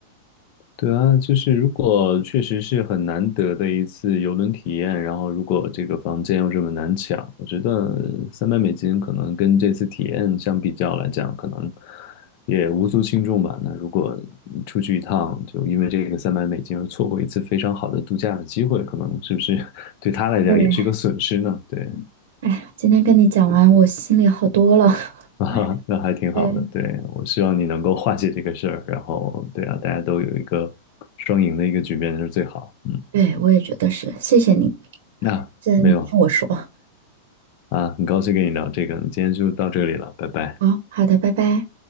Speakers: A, on the left; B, on the right.
A: 对啊，就是如果确实是很难得的一次游轮体验，然后如果这个房间又这么难抢，我觉得三百美金可能跟这次体验相比较来讲，可能也无足轻重吧。那如果出去一趟，就因为这个三百美金而错过一次非常好的度假的机会，可能是不是 <laughs> 对他来讲也是一个损失呢？
B: 对，
A: 对。
B: 哎呀，今天跟你讲完，我心里好多了。
A: <laughs> 啊，
B: <laughs>
A: 那还挺好的。
B: 对，
A: 对，我希望你能够化解这个事儿，然后对啊，大家都有一个双赢的一个局面就是最好。嗯。
B: 对，我也觉得是，谢谢你，
A: 那、
B: 谢谢你听我说。
A: 没有啊，很高兴跟你聊这个，那今天就到这里了，拜拜。
B: 好，好的，拜拜。